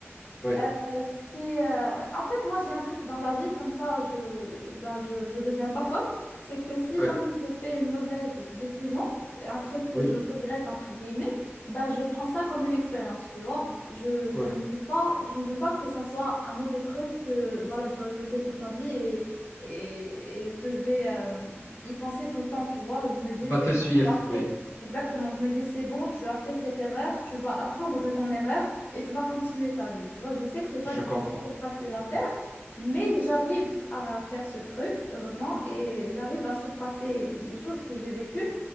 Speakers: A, on the left (about 80°); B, on the left (about 40°).
A: Oui,
B: Euh, c'est euh, en fait moi j'ai un truc dans la vie comme ça je ben je, je deviens pas folle c'est que si
A: oui,
B: jamais je fais une mauvaise décision un truc que
A: oui,
B: je regrette entre guillemets ben je prends ça comme une expérience tu vois je,
A: oui.
B: je ne veux pas je ne veux pas que ça soit un mauvais truc que voilà je vais regretter toute ma vie et, et, et que je vais euh, y penser tout le temps tu vois je me dis
A: Il va
B: c'est
A: te suivre,
B: bon tu as fait
A: oui,
B: exactement je me dis c'est bon tu as fait cette erreur tu vas apprendre de ton erreur et tu vas continuer ta vie. Tu vois, je sais que c'est pas
A: je
B: du-
A: comprends.
B: du tout facile
A: Je
B: à faire,
A: comprends.
B: mais j'arrive à faire ce truc, heureusement, et j'arrive à surpasser des choses que j'ai vécues.